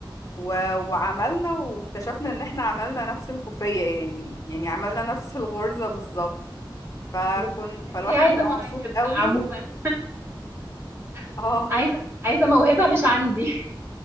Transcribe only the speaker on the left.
و... وعملنا واكتشفنا ان احنا عملنا نفس الكوفية يعني يعني عملنا نفس الغرزة بالظبط فكن
فالواحد
بيبقى
مبسوط قوي
اه